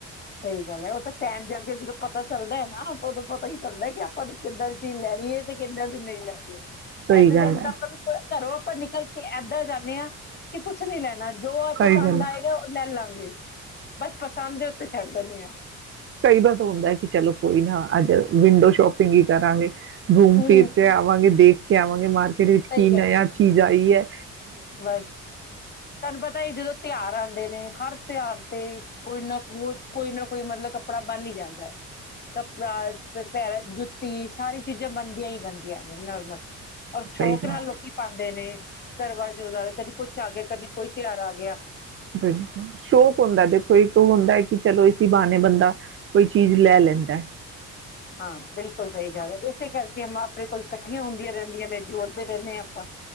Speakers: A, on the left (about 35°); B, on the right (about 45°).
A: ਸਹੀ ਗੱਲ ਹੈ ਉਹ ਤਾਂ ਟੈਮ ਜਾ ਕੇ ਜਦੋਂ ਪਤਾ ਚੱਲਦਾ ਹੈ ਨਾ ਉਦੋਂ ਪਤਾ ਹੀ ਕਰਦਾ ਕਿ ਆਪਾਂ ਨੂੰ ਕਿੱਦਾਂ ਦੀ ਚੀ ਲੈ, ਵੀ ਇਹ ਤੇ ਕਿੱਦਾਂ ਵੀ ਨਹੀਂ ਲੈਦੇ।
B: ਸਹੀ
A: ਐਦਾ
B: ਗੱਲ
A: ਤਾਂ
B: ਹੈ
A: ਆਪਾਂ ਘਰੋ, ਆਪਾਂ ਨਿਕਲ ਕੇ ਇੱਦਾਂ ਜਾਂਨੇ ਆ। ਕਿ ਕੁਛ ਨੀ ਲੈਣਾ ਜੋ
B: ਸਹੀ
A: ਪਸੰਦ
B: ਗੱਲ ਹੈ
A: ਆਏਗਾ ਉਹ ਲੈਲਾਂਗੇ। ਬਸ ਪਸੰਦ, ਉੱਤੇ ਛੱਡ ਦਿੰਦੇ ਆ
B: ਕਈ ਵਾਰ ਤਾਂ ਹੁੰਦਾ ਕਿ ਚਲੋ ਕੋਈ ਨਾ ਅੱਜ ਵਿੰਡੋ ਸ਼ੋਪਿੰਗ ਹੀ ਕਰਾਂਗੇ। ਘੁੰਮ
A: ਹੂੰ
B: ਫਿਰ ਕੇ ਆਵਾਂਗੇ ਦੇਖ। ਕੇ ਆਵਾਂਗੇ ਮਾਰ ਕੇ, ਜਿਹਦੇ ਵਿੱਚ
A: ਸਹੀ
B: ਕੀ ਨਈ
A: ਗੱਲ ਹੈ
B: ਚੀਜ਼ ਆਈ ਐ।
A: ਬਸ ਤੁਹਾਨੂੰ ਪਤਾ ਹੀ ਜਦੋਂ, ਤਿਉਹਾਰ ਆਦੇ ਨੇ ਹਰ ਤਿਉਹਾਰ ਤੇ ਕੋਈ ਨਾ ਕੋਈ ਨਾ ਕੋਈ ਮਤਲਬ ਕੱਪੜਾ ਬੰਨ ਨਈ ਜਾਂਦਾ ਐ। ਕੱਪੜਾ ਪੈਰਾਂ ਜੁੱਤੀ ਸਾਰੀ ਚੀਜ਼ਾਂ ਬਣਦੀਆਂ ਹੀ ਬਣਦੀਆਂ ਨੇ ਨੋਰਮਲ, ਔਰ ਸ਼ੌਕ
B: ਸਹੀ ਗੱਲ
A: ਨਾਲ ਲੋਕੀ ਪਾਦੇ ਨੇ, ਘਰ ਵੱਲ ਉਦਾ ਕਦੀ ਕੁਛ ਆ ਗਿਆ ਕਦੀ ਕੋਈ ਤਿਹਾਰ ਆ ਗਿਆ।
B: ਬਿਲਕੁਲ ਸ਼ੌਕ ਹੁੰਦਾ ਦੇਖੋ ਇੱਕ ਹੁੰਦਾ ਹੈ ਕਿ ਚਲੋ ਇਸ ਸੀ ਬਾਹਨੇ ਬੰਦਾ ਕੋਈ ਚੀਜ਼ ਲੈ ਲੈਂਦਾ।
A: ਹਾਂ ਬਿਲਕੁਲ ਸਹੀ ਗੱਲ ਹੈ ਇਸੇ ਕਰਕੇ ਗੇਮਾਂ ਆਪਣੇ ਕੋਲ ਇਕੱਠੀਆਂ ਹੁੰਦੀਆਂ ਰਹਿੰਦੀਆਂ ਨੇ, ਜੋੜਦੇ ਰਹਿੰਦੇ ਹਾਂ ਆਪਾਂ-